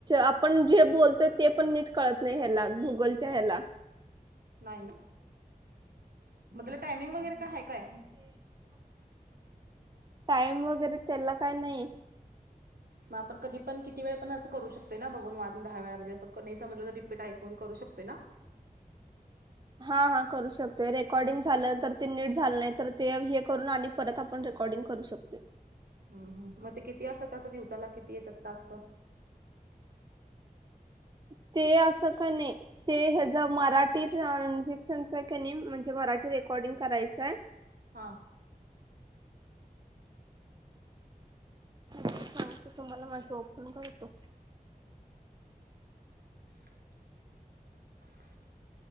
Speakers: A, on the right; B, on the right.
A: आपण जे बोलतोय ते पण नीट कळ त नाही ह्याला गुंगलच्या हेला.
B: नाही ना म त्याला टायमिंग वगैरे काय हाय काय?
A: टाइम वगैरे त्याला काय नाही.
B: मग आपण कधी पण किती वेळ पण असं करू शकते ना बघून वाून दहा वेळा म्हणजे असं समजलं तर रिपीट ऐकून करू शकतेय ना?
A: <inaudible> हा हा करू शकतोय रेकॉर्डिंग झालं तर ते नीट झालं नाही तर ते हे करून आणि परत आपण रेकॉर्डिंग करू शकतोय.
B: हम् हम मग ते किती असतात असं दिवसाला किती येतात टास्क?
A: <inaudible> ते असं का नाही ते हच्या मराठी ट्रांजेक्शन नाही म्हणजे मराठी रेकॉर्डिंग करायचं आहे.
B: हा.
A: सांगतो तुम्हाला माझं ओपन करतो.
B: <inaudible>